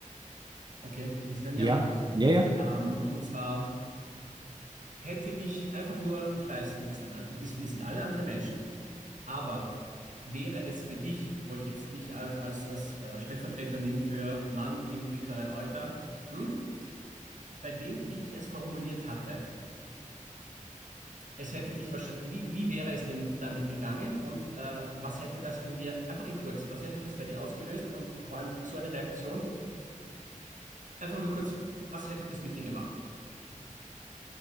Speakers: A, on the right; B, on the right.
A: Okay, ist es ein
B: Ja,
A: Ja?
B: ja, ja.
A: Ähm, und zwar hätte ich einfach nur, ich weiß, du bist ein, an- dies- wir sind alle andere Menschen, aber wäre es für dich, wo ich jetzt dich als, als, als äh, Stellvertreter nehme für Mann im mittleren Alter, hm, bei dem, wie ich es formuliert hatte, es hätte dich wahrscheinlich, wie, wie wäre es dem damit gegangen und äh, was hätte das in dir, einfach in kurz, was hätte das bei dir ausgelöst und vor allem so eine Reaktion, einfach nur kurz, was hätte das mit dir gemacht?